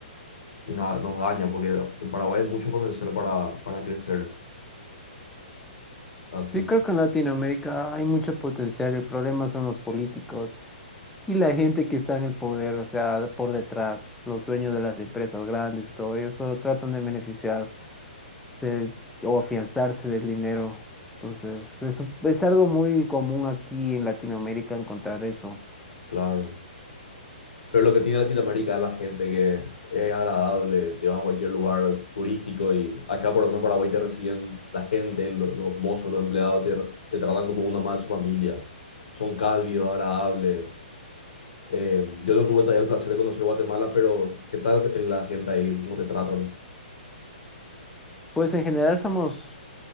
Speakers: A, on the left (about 65°); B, in the centre.
A: y no- nos daña, porque en Paraguay hay mucho potencial para, para crecer. Así,
B: Sí, creo que en Latinoamérica hay mucho potencial, el problema son los políticos y la gente que está en el poder, o sea, por detrás, los dueños de las empresas grandes y todo, ellos solo tratan de beneficiar de- o afianzarse del dinero. Entonces, eso es algo muy común aquí en Latinoamérica encontrar eso.
A: claro. Pero lo que tiene Latinoamérica es la gente que es agradable, te vas a cualquier lugar turístico y acá por lo menos en Paraguay te reciben la gente, lo- los, mozos, los empleados te, te tratan como uno más de su familia. Son cálidos, agradables. Eh, yo no tuve todavía el placer de conocer Guatemala, pero ¿qué tal es la gente ahí? ¿Cómo te tratan?
B: Pues en general somos